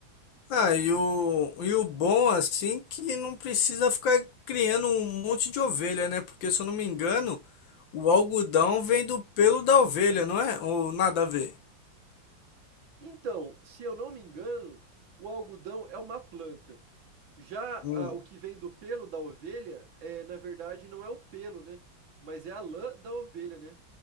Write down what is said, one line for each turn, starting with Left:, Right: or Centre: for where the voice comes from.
Left: Ah, e o, e o bom, assim, que não precisa ficar criando um monte de ovelha, né? Porque se eu não me engano, o algodão vem do pelo da ovelha, não é? Ou nada a ver?
Right: Então, se eu não me engano, o algodão é uma planta. Já ah,
Left: Hum.
Right: o que vem do pelo da ovelha, é, na verdade, não é o pelo, né? Mas é a lã da ovelha, né?